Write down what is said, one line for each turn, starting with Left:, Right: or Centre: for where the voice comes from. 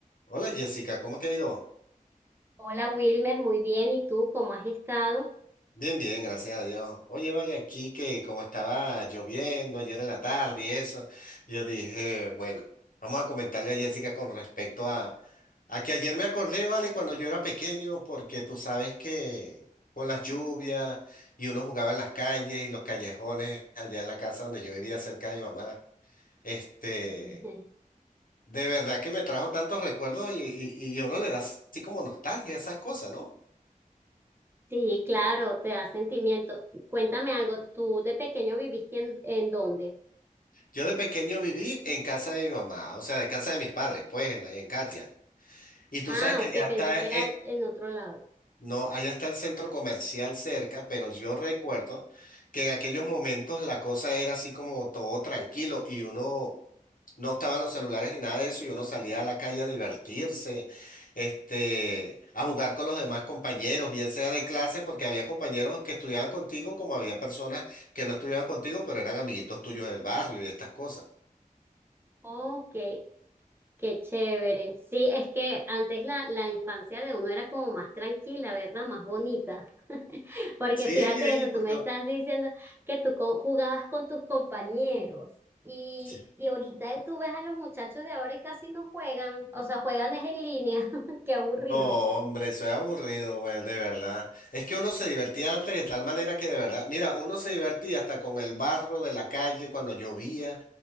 Left: Hola Jessica, ¿cómo te ha ido?
Right: Hola Wilmer, muy bien. ¿Y tú cómo has estado?
Left: Bien, bien, gracias a Dios. Oye, vale, aquí que como estaba lloviendo ayer en la tarde y eso, yo dije, bueno, vamos a comentarle a Jessica con respecto a, a que ayer me acordé, vale, cuando yo era pequeño, porque tú sabes que con las lluvias y uno jugaba en las calles y los callejones allá en la casa donde yo vivía cerca de mi mamá, este,
Right: <laughs>
Left: de verdad que me trajo tantos recuerdos y, y, y uno le da así como nostalgia a esas cosas, ¿no?
Right: Sí, claro, te da sentimiento. Cuéntame algo, ¿tú de pequeño viviste en, en dónde?
Left: Yo de pequeño viví en casa de mi mamá, o sea, de casa de mis padres, pues, en, la- en Katia. Y tú
Right: Ah,
Left: sabes que
Right: ok,
Left: allá está,
Right: pensé que
Left: eh,
Right: era en otro lado.
Left: no, allá está el centro comercial cerca, pero yo recuerdo que en aquellos momentos la cosa era así como todo tranquilo y uno no estaban los celulares ni nada de eso y uno salía a la calle a divertirse, este, a jugar con los demás compañeros, bien sea de clase, porque habían compañeros que estudiaban contigo, como había personas que no estudiaban contigo, pero eran amiguitos tuyos del barrio y estas cosas.
Right: Ok, Qué chévere. Sí, es que antes la, la infancia de uno era como más tranquila, ¿verdad? Más bonita. <laughs> Porque
Left: Sí,
Right: fíjate eso, tú
Left: porque
Right: me estás diciendo que tú co- jugabas con tus compañeros y,
Left: Sí.
Right: y ahorita tú ves a los muchachos de ahora y casi no juegan, o sea, juegan es en línea. <laughs> Qué aburrido.
Left: No, hombre, eso es aburrido, güey, de verdad. Es que uno se divertía antes de tal manera que de verdad, mira, uno se divertía hasta con el barro de la calle cuando llovía.